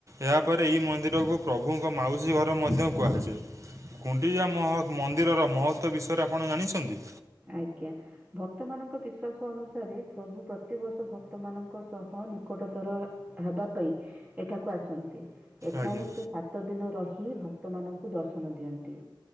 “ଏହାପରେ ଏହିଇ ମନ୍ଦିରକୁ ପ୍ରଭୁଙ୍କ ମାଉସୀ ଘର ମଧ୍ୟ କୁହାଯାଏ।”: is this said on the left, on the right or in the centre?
Right